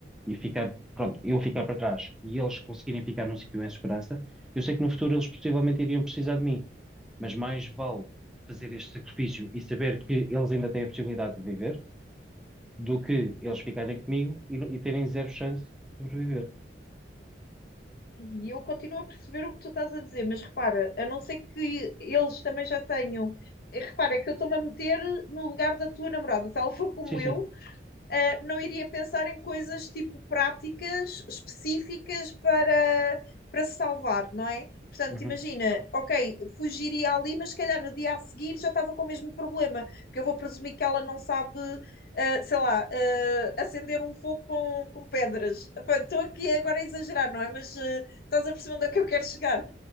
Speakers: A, in the centre; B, on the left.
A: e ficar, pronto, eu ficar para trás e eles conseguirem ficar num sítio em segurança, eu sei que no futuro eles possivelmente iriam precisar de mim, mas mais vale fazer este sacrifício e saber que eles ainda têm a possibilidade de viver do que eles ficarem comigo e, no- e terem zero chance de sobreviver.
B: E eu continuo a perceber o que tu estás a dizer, mas repara, a não ser que eles também já tenham. Repara, é que eu estou-me a meter no lugar da tua namorada. Se ela for como
A: Sim, sim.
B: eu, Uh, não iria pensar em coisas tipo práticas específicas para, para se salvar, não é? Portanto,
A: Uhum.
B: imagina, ok, fugiria ali, mas se calhar no dia a seguir já estava com o mesmo problema, porque eu vou presumir que ela não sabe, uh, sei lá, uh, acender um fogo com, com pedras. Pá, Estou aqui agora a exagerar, não é? Mas uh, estás a perceber onde é que eu quero chegar.